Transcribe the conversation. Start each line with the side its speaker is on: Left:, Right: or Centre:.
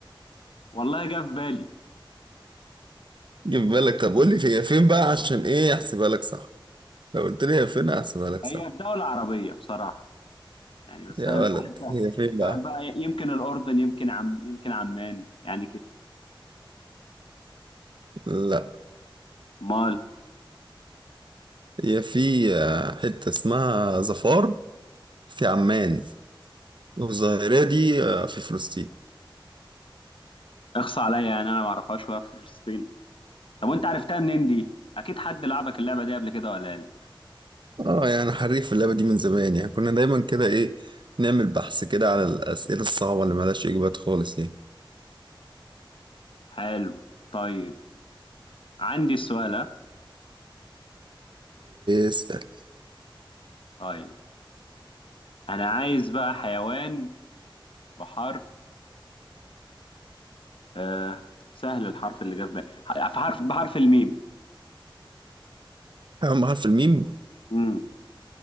Left: والله جه في بالي
Right: جيب بالك طب قول لي هي فين بقى عشان ايه احسبها لك صح لو قلت لي هي فين احسبها لك
Left: هي
Right: صح
Left: في دولة عربية بصراحة يعني بس
Right: يا
Left: أنا
Right: ولد
Left: مش عارف
Right: هي
Left: بقى-
Right: فين
Left: مش
Right: بقى
Left: عارف بقى يمكن الأردن يمكن عم يمكن عمان يعني كده
Right: لا
Left: أمال
Right: هي في آه، حتة اسمها ظفار في عمان والظاهرة دي آه، في فلسطين
Left: اخصى عليا يعني أنا ما أعرفهاش وهي في فلسطين طب وأنت عرفتها منين دي؟ أكيد حد لعبك اللعبة دي قبل كده ولا لا؟
Right: اه يعني حريف في اللعبة دي من زمان يعني كنا دايما كده ايه نعمل بحث كده على الأسئلة الصعبة اللي ملهاش إجابات خالص دي
Left: حلو طيب عندي السؤال ها؟
Right: اسأل
Left: طيب انا عايز بقى حيوان بحرف آه سهل الحرف اللي جه في بالي ح- في حرف بحرف الميم
Right: أهم حرف الميم
Left: امم